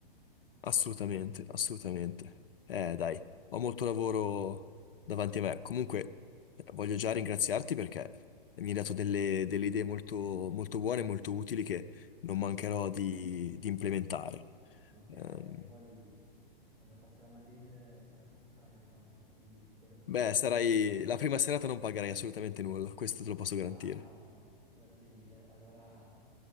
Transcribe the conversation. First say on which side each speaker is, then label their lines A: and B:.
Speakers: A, on the left (about 70°); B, on the right (about 55°).
A: Assolutamente, assolutamente. Eh, dai, ho molto lavoro davanti a me. Comunque, eh, voglio già ringraziarti perché mi hai dato delle, delle idee molto, molto buone e molto utili che non mancherò di, di implementare.
B: Ci mancherebbe.
A: Ehm,
B: Poi quando passerò a Madrid eh, sarà- questa sarà la mia prima meta, quindi spero che...
A: beh, sarai la prima serata
B: sì.
A: non pagherai assolutamente nulla, questo te lo posso garantire.
B: Ah, ottimo, grazie mille. Allora